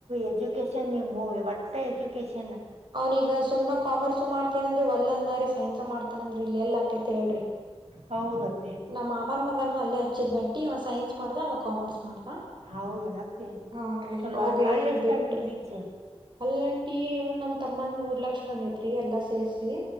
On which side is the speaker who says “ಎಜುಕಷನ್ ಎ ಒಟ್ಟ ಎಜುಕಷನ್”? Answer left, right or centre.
Right